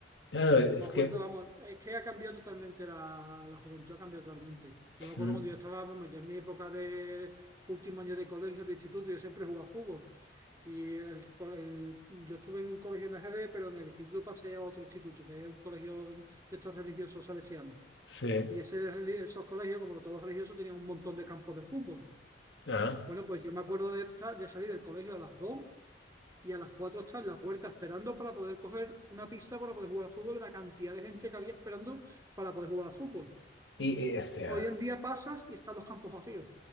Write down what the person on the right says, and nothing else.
Yo me acuerdo,
vamos, es que ha cambiado totalmente la, la juventud, ha cambiado totalmente. Yo
me acuerdo cuando yo estaba, vamos, ya en mi época de último año de colegio, de instituto, yo siempre jugaba fútbol. Y el co- el- yo estuve en un colegio en la GB, pero en el instituto pasé a otro instituto, que es un colegio de estos religiosos salesianos.
Y ese, reli- esos colegios, como todos los religiosos, tenían un montón de campos de fútbol.
Bueno, pues yo me acuerdo de, estar- de salir del colegio a las 2 y a las 4 estar en la puerta esperando para poder coger una pista para poder jugar al fútbol, de la cantidad de gente que había esperando para poder jugar al fútbol.
Hoy
en día pasas y están los campos vacíos.